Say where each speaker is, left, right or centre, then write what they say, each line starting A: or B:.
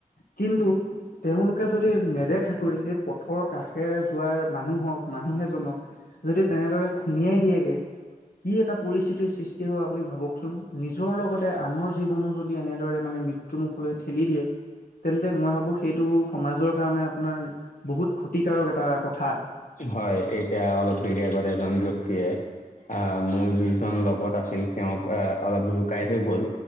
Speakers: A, on the left (about 85°); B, on the left (about 60°).
A: কিন্তু তেওঁলোকে যদি নেদেখাকৈ সেই পথৰ কাষেৰে যোৱাৰ মানুহ হওঁক মানুহ এজনক যদি তেনেদৰে খুন্দিয়াই দিয়েগে, কি এটা পৰিস্থিতিৰ সৃষ্টি হব আপুনি ভাবকচোন? নিজৰ লগতে আনৰ জীৱনো যদি এনেদৰে মানে মৃত্যুমুখলৈ ঠেলি দিয়ে। তেন্তে মই ভাবোঁ সেইটো সমাজৰ কাৰণে আপোনাৰ বহুত ক্ষতিকাৰক এটা কথা
B: হয়। এতিয়া অলপ দেৰি আগত এজন ব্যক্তিয়ে আহ মোৰ যিজন লগত আছিল তেওঁক আহ অলপ জোকাই থৈ গ'ল।